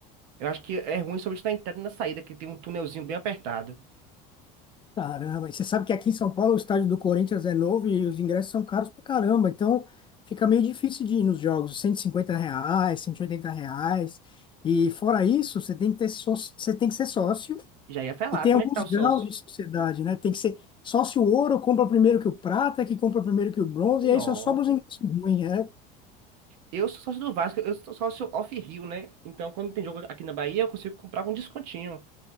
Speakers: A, on the right; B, on the left.
A: Eu acho que é ruim somente na entrada e na saída, que tem um túnelzinho bem apertado.
B: Caramba, e você sabe que aqui em São Paulo o estádio do Corinthians é novo e os ingressos são caros pra caramba, então fica meio difícil de ir nos jogos, 150 reais, 180 reais, e fora isso, você tem que ter sócio, você tem que ser sócio,
A: Já ia falar,
B: e tem
A: como
B: alguns
A: é que tá o
B: graus
A: sócio?
B: de sociedade, né? Tem que ser sócio ouro, compra primeiro que o prata, que compra primeiro que o bronze,
A: Nossa.
B: e aí só sobra os ingressos ruins, né?
A: Eu sou sócio do Vasco, eu sou sócio off-Rio, né? Então, quando tem jogo aqui na Bahia, eu consigo comprar com descontinho.